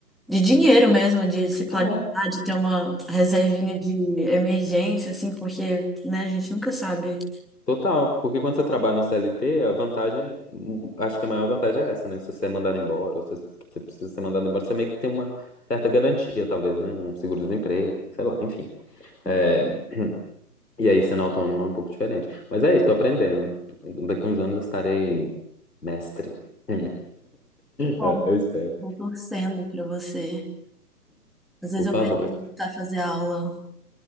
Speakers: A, in the centre; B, on the left.
A: de dinheiro mesmo, de se planejar,
B: É.
A: de ter uma reservinha de emergência, assim, porque, né, a gente nunca sabe
B: Total, porque quando você trabalha no CLT, a vantagem, hum, acho que a maior vantagem é essa, né? se você é mandado embora, ou se você precisa ser mandado embora, você meio que tem uma certa garantia, talvez, né? Um seguro-desemprego, sei lá, enfim. É,
A: o
B: e aí, sendo autônomo é um pouco diferente. Mas é isso, tô aprendendo. Daqui uns anos eu estarei mestre. <laughs>
A: quão
B: É, Eu espero.
A: estou torcendo para você. Às vezes
B: Por
A: eu
B: favor.
A: penso em voltar a fazer aula.